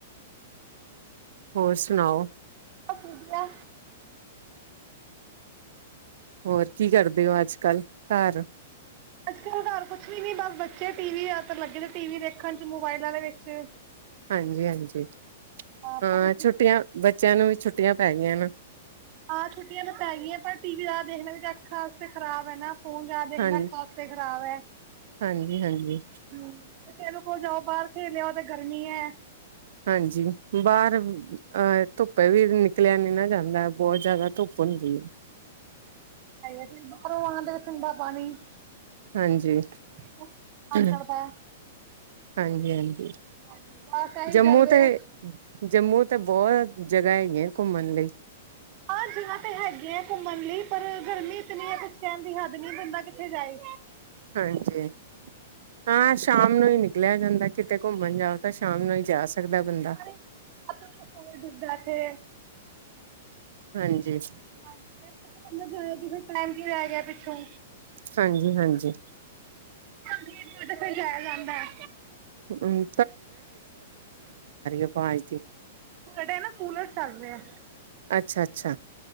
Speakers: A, on the right (about 65°); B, on the right (about 35°).
A: ਹੋਰ ਸੁਣਾਓ।
B: ਬਸ ਵਧੀਆ।
A: ਹੋਰ ਕੀ ਕਰਦੇ ਹੋ ਅੱਜ ਕੱਲ ਘਰ?
B: ਅੱਜ ਕਲ ਘਰ ਕੁਛ ਵੀ ਨੀ ਬਸ ਬੱਚੇ ਟੀ ਵੀ ਲੱਗੇ ਟੀ ਦੇਖਣ ਚ, ਮੋਬਾਇਲਾਂ ਦੇ ਵਿੱਚ।
A: ਹਾਂਜੀ ਹਾਂਜੀ
B: ਆਪਾਂ
A: ਹਾਂ
B: ਵੀ ਠੀਕ
A: ਛੁੱਟੀਆਂ ਬੱਚਿਆਂ ਨੂੰ ਵੀ ਛੁੱਟੀਆਂ ਪੈ ਗਿਐ ਨਾ।
B: ਹਾਂ ਛੁੱਟੀਆਂ ਤਾਂ ਪੈ ਗਈਐ ਪਰ ਟੀ ਵੀ ਜਾਦਾ ਦੇਖਣਾ ਵੀ ਤਾਂ ਅੱਖਾਂ ਵਾਸਤੇ ਖਰਾਬ ਹੈ ਨਾ ਫੋਨ ਜਾਦਾ ਦੇਖਣਾ
A: ਹਾਂਜੀ
B: ਅੱਖਾਂ ਆਸਤੇ ਖਰਾਬ ਹੈ
A: ਹਾਂਜੀ ਹਾਂਜੀ
B: ਹਮ। ਏਨੁ ਕਹੋ ਜਾਓ ਬਾਹਰ ਖੇਲਿ ਆਓ ਤਾਂ ਗਰਮੀ ਹੈ।
A: ਹਾਂਜੀ, ਬਾਹਰ ਅਹ ਧੁੱਪੇ ਵੀ ਨਿਕਲਿਆ ਨੀ ਨਾ ਜਾਂਦਾ ਬਹੁਤ ਜ਼ਿਆਦਾ ਧੁੱਪ ਹੂੰਦੀ ਏ।
B: ਐਈ ਬਸ। ਬਾਹਰੋਂ ਆਂਦੇ ਠੰਡਾ ਪਾਣੀ।
A: ਹਾਂਜੀ
B: ਉਹ ਵੀ ਮਨ
A: ਹਮ।
B: ਕਰਦਾ ਹੈ
A: ਹਾਂਜੀ ਹਾਂਜੀ।
B: ਹਾਂਜੀ ਬਸ ਇਹੀ
A: ਜੰਮੂ
B: ਚੱਲ ਰਿਹਾ
A: ਤੇ ਜੰਮੂ ਤੇ ਬੋ ਜਗ੍ਹਾ ਹੈਗੀਐ ਘੁੰਮਣ ਲਈ।
B: ਹਾਂ ਜਗ੍ਹਾ ਤੇ ਹੈਗੀ ਹੈ ਘੁੰਮਣ ਲਈ ਪਰ ਗਰਮੀ ਇਤਨੀ ਐ ਕੁਛ ਕਹਿਣ ਦੀ ਹੱਦ ਨੀ ਬੰਦਾ ਕਿੱਥੇ ਜਾਏ।
A: ਹਾਂਜੀ ਹਾਂ ਸ਼ਾਮ ਨੂੰ ਹੀ ਨਿਕਲਿਆ ਜਾਂਦੈ। ਕਿਤੇ ਘੁੰਮਣ ਜਾਓ ਤਾਂ ਸ਼ਾਮ ਨੂੰ ਹੀ ਜਾ ਸਕਦੈ ਬੰਦਾ।
B: ਸਾਰੇ ਸੂਰਜ ਡੁੱਬਦਾ ਇੱਥੇ
A: ਹਾਂਜੀ।
B: ਹਾਂਜੀ <unintelligible> ਕੀ ਰਹਿ ਗਿਆ ਪਿੱਛੋਂ।
A: ਹਾਂਜੀ ਹਾਂਜੀ।
B: ਨੀਤੇ ਫਿਰ ਜਾਇਆ ਜਾਂਦਾ ਹੈ।
A: ਅਮ। ਆਵਾਜ਼ ਦੀ
B: ਨੇੜੇ ਕੂਲਰ ਚੱਲ ਰਿਐ
A: ਅੱਛਾ ਅੱਛਾ